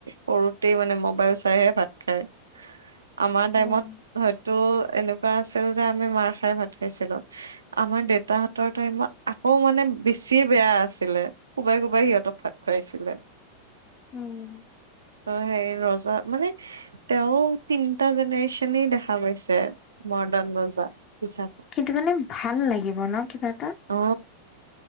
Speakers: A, on the right (about 70°); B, on the left (about 35°).
A: সৰুতেই মানে মোবাইল চাইহে ভাত খায়। আমাৰ টাইমত
B: উম
A: হয়তো এনেকুৱা আছিল যে আমি মাৰ খাই ভাত খাইছিলো। আমাৰ দেউতাহঁতৰ টাইমত আকৌ মানে বেছিয়ে বেয়া আছিলে। কোবাই কোবাই সিহঁতক ভাত খুৱাইছিলে।
B: ওম।
A: ত সেই ৰজা মানে তেওঁ তিনটা জেনেৰেচনেই দেখা পাইছে। মৰ্ডাণ ৰজা হিচাপে।
B: কিন্তু মানে ভাল লাগিব ন কিবা এটা?
A: অ